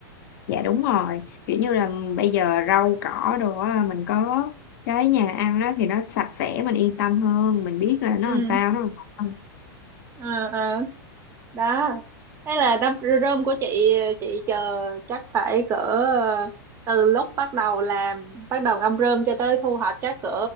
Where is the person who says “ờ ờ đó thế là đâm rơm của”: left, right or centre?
Right